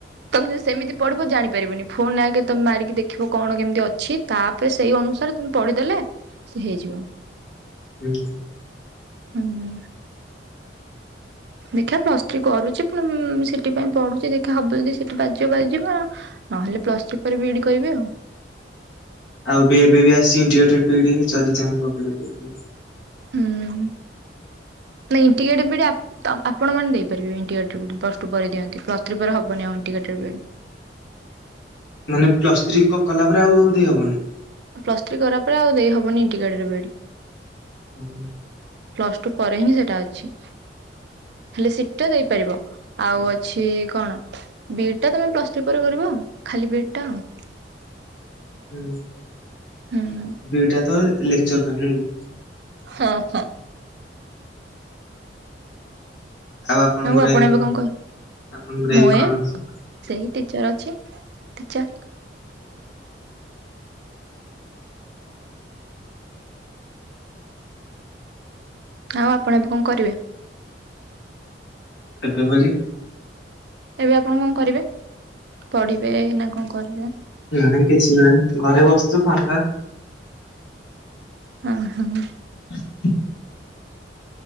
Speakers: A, on the right (about 65°); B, on the left (about 90°).
A: ତମେ ସେମିତି ପଢିବ ଜାଣି ପାରିବନି, ଫୋନରେ ଆଗେ ତମେ ମାରିକି ଦେଖିବ କଣ କେମିତି ଅଛି? ତାପରେ ସେଇ ଅନୁସାରେ ତମେ ପଢିଦେଲେ, ସେ ହେଇଯିବ।
B: ହୁଁ ହୁଁ।
A: ହୁଁ। ଦେଖିବା ପ୍ଲସ୍ ଥ୍ରୀ କରୁଛି, ପୁଣି ସିଟି ପାଇଁ ପଢୁଛି ଦେଖିବା ହବ ଯଦି ସି ଟି ବାଜିଯିବ ବାଜିଯିବ ନହେଲେ ପ୍ଲସ୍ ଥ୍ରି ପରେ ବି ଇ ଡି କରିବି ଆଉ
B: ଆଉ ବି ଏବେ ବି ଆସିଛି ଇନ୍ତିଗ୍ରେଟେଡ ବି ଇ ଡି ଯଦି ଚାହିଁବ ପକେଇ ପାରିବ।
A: ହୁଁ ନାଇଁ ଇଣ୍ଟିଗେଟ୍ ବି ଇ ଡି ଆପ ତ ଆପଣମାନେ ଦେଇପାରିବେ, integrated B E D plus two ପରେ ଦିଅନ୍ତି, ପ୍ଲସ ଥ୍ରି ପରେ ହେବନି ଆଉ ଇନ୍ଟିଗେଟେଡ ବି ଇ ଡି।
B: ମାନେ ପ୍ଲସ ଥ୍ରୀ କଲା ପରେ ଆଉ ଦେଇହବନି।
A: ପ୍ଲସ ଥ୍ରୀ କଲା ପରେ ଆଉ ଦେଇ ହବନି ଇନ୍ଟିଗେଟେଡ ବି ଇ ଡି।
B: ହୁଁ ହୁଁ।
A: ପ୍ଲସ ଟୁ ପରେ ହିଁ ସେଇଟା ଅଛି। ହେଲେ ସିଟ ଟା ଦେଇପାରିବ ଆଉ ଅଛି କଣ? ବି ଇ ଡ଼ ଟା ତମେ ପ୍ଲସ୍ ଟୁ ପରେ କରିବ ଖାଲି ବି ଇ ଡ଼ ଟା ଆଉ
B: ହୁଁ
A: ହୁଁ
B: ବି ଇ ଡ଼ ଟାତ ଲେକ୍ଚର ପାଇଁ ନୁହେଁ କି।
A: ହଁ ହଁ
B: ଆଉ ଆପଣଙ୍କର
A: ଆପଣ
B: ଏଇମ
A: ଏବେ
B: କଣ?
A: କ
B: ଆପଣଙ୍କର
A: ମୁଁ
B: ଏମ କଣ
A: ଏ
B: ଅଛି?
A: ସେଇ ଟିଚର ଅଛି ଟିଚର ଆଉ ଆପଣ ଏବେ କଣ କରିବେ?
B: ଏବେ ବୋଲି।
A: ଏବେ ଆପଣ କଣ କରିବେ ପଢିବେ ନା କଣ କରିବେ।
B: ନାଇଁ କିଛି ନାହିଁ ଘରେ ବସିଛୁ ଫାଙ୍ଗା।
A: ଓ ହଁ
B: <inaudible> <unintelligible>